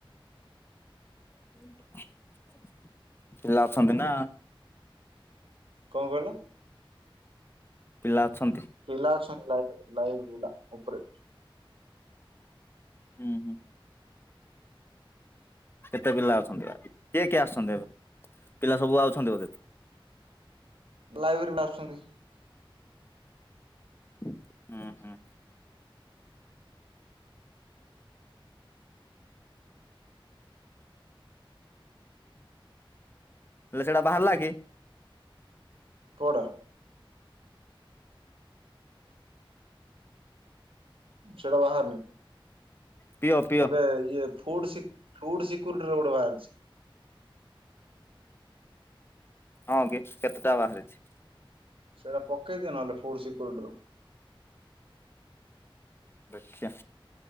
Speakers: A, on the left (about 25°); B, on the right (about 75°).
A: <inaudible> ପିଲ ଅଛନ୍ତି ନା
B: କଣ କହିଲ?
A: ପିଲା ଅଛନ୍ତି
B: ପିଲା ଅଛନ୍ତି। <unintelligible> ଉପରେ
A: ହୁଁ ହୁଁ କେତେ ପିଲା ଅଛନ୍ତି। କିଏ କିଏ ଆସୁଛନ୍ତି ଏବେ। ପିଲା ସବୁ ଆଉଛନ୍ତି ବୋଧେ।
B: ଲାଇବ୍ରେରୀରୁ ଆସୁଛନ୍ତି।
A: ହୁଁ ହୁଁ। ହେଲେ ସେଟା ବାହାରିଲା କି?
B: କୋଉଟା? ସେଟା ବାହାରନି।
A: ପିଓ ପିଓ
B: ଏବେ ଇଏ ଫୁଡ ସି ଫୁଡ ସିକ୍ୟରିଟି ରୋଡ ବାହାରିଛି।
A: ହଁ କି କେତେଟା ବାହାରିଛି?
B: ସେଇଟା ପକେଇଦିଅ ନହେଲେ ଫୁଡ ସିକ୍ୟୁରିଟିରୁ
A: ଦେଖିଆ